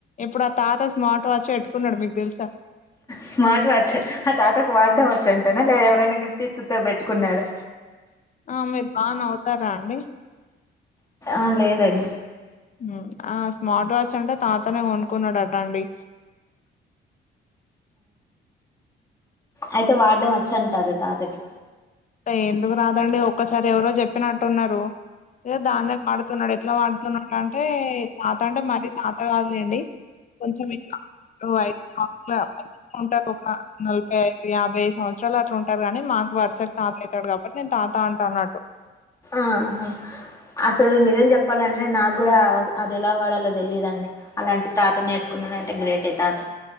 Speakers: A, on the left; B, on the left.
A: ఇప్పుడు ఆ తాత స్మార్ట్ వాచ్ పెట్టుకున్నాడు మీకు తెలుసా
B: స్మార్ట్ వాచ్ ఆ తాతకు వాడడం వచ్చు అంటనా లేదా ఎవరైనా గిఫ్ట్ ఎత్తుతో పెట్టుకున్నాడు
A: ఆ మీరు బాగా నావుతారా అండి
B: ఆ లేదండి
A: మ్ ఆ స్మార్ట్ వాచ్ అంటే తాతనే కొనుకున్నాడట అండి
B: అయితే వాడం వచ్చంటారు తాతకి
A: తాయ్ ఎందుకు రాదండి ఒక్కసారి ఎవరో చెప్పినట్టున్నారు ఇగ దాన్నే వాడుతున్నాడు ఎట్లా వాడుతున్నాడుంటే తాత అంటే మరీ తాత కాదులేండి కొంచం ఇట్ల ఒ <unintelligible> ఉంటారు ఒక నలభై ఐదు యాభైదు సంవత్సరాలు అట్లా ఉంటారు కానీ మాకు వర్సక్ తాత అయితాడు కాబట్టి నేను తాత అంట అన్నట్టు
B: ఆహా అసలు నిజం చెప్పాలంటే నాకు కూడా అది ఎలా వాడాలో తెలియదండి అలాంటి తాత నేర్చుకున్నాడంటే గ్రేటే తాత